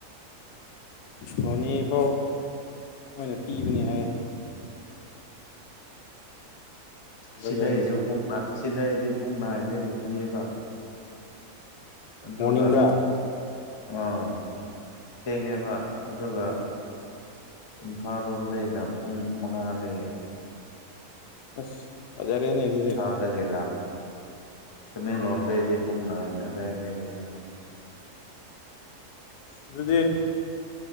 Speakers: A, on the left; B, on the left.
A: ꯅꯣꯅꯦ ꯐꯥꯎ ꯃꯣꯏꯅ ꯄꯤꯕꯅꯦ ꯍꯥꯏ ꯑꯗꯨꯒ
B: ꯁꯤꯗꯩꯁꯨ ꯄꯨꯡ ꯁꯤꯗꯩꯗꯤ ꯄꯛ ꯅꯥꯏꯗꯒꯤ ꯄꯤꯑꯕ ꯑꯗꯨꯒ
A: ꯃꯣꯔꯅꯤꯡꯗ
B: ꯑꯥ ꯊꯦꯡꯉꯦꯕ ꯑꯗꯨꯒ ꯏꯝꯐꯥꯜ ꯔꯣꯝꯗꯩꯅ ꯄꯨꯡ ꯃꯉꯥꯗꯒꯤ
A: ꯑꯁ ꯐꯖꯔꯦꯅꯦ ꯑꯗꯨꯗꯤ
B: ꯆꯗꯒꯦꯂ ꯇꯃꯦꯡꯂꯣꯡꯗꯩꯗꯤ ꯄꯨꯡ ꯅꯥꯏꯟ ꯑꯗꯨꯋꯥꯏꯗꯒꯤꯅꯦꯕꯣ
A: ꯑꯗꯨꯗꯤ